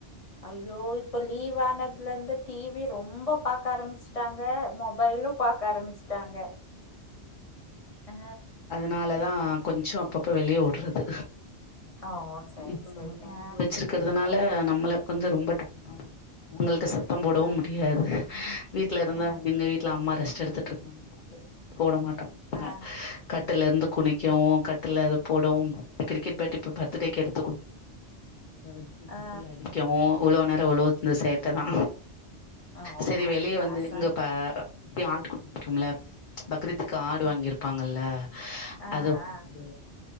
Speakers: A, on the left (about 35°); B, on the left (about 55°).
A: ஐயோ இப்ப லீவ் ஆனதுல இருந்து டிவி ரொம்ப பாக்க ஆரம்பிச்சுட்டாங்க மொ பைலு பாக்க ஆரம்பிச்சுட்டாங்க அ
B: னால தா கொஞ்சோ அப்பப்போ வெளிய வுட்றது
A: ஓ சேரி
B: இப்ப
A: சேரி
B: நம்ம நோம்பு
A: ஆ
B: வச்சிருக்க அதனால நம்மள கொஞ்சோ ரொம்ப டயர தா இருக்கு அவங்கள்ட்ட ச சத்தம் போடவு
A: ஆ
B: முடியாது வீட்ல இருந்தா
A: ஆ
B: எங்க வீட் வீட்ல அம்மா ரெஸ்ட் எடுத்துட்ருக்காங்க அவுங்களயு ரெஸ்ட் எடுக்க வுட மாட்டாங்க
A: ஆ
B: கட்டுல்ல இருந்து குனிக்குவு கட்டுல்ல அது போடுவு கிரிக்கெட் பேட்டு இப்போ பர்து டேக்கு எடுத்து கு அத வச்சு கட்டுல
A: ஆ
B: அடிக்கவு உழவு நேரோ உழவு இருந்த சேட்டதா
A: ஆமா
B: சேரி வெளிய
A: பசங்க
B: வந்து இங்க பா குட்டி ஆட்டு குட்டி நிக்கும்ல பக்ரீத்துக்கு ஆடு
A: அ
B: வாங்கியிருப்பாங்கல்ல
A: ஆ
B: அது
A: ஆ
B: அது